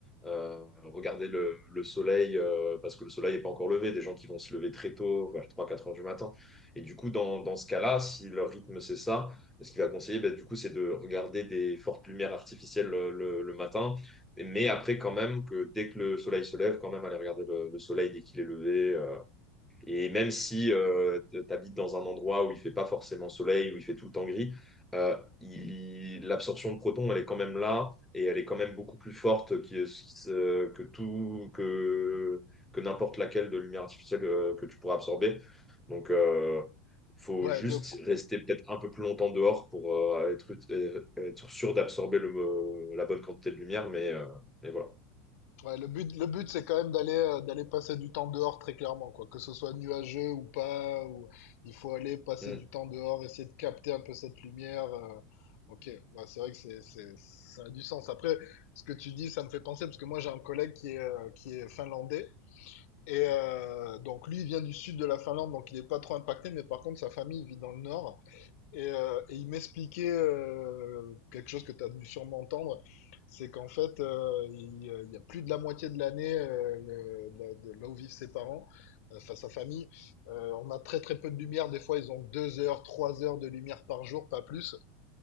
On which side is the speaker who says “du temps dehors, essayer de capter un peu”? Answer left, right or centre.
Left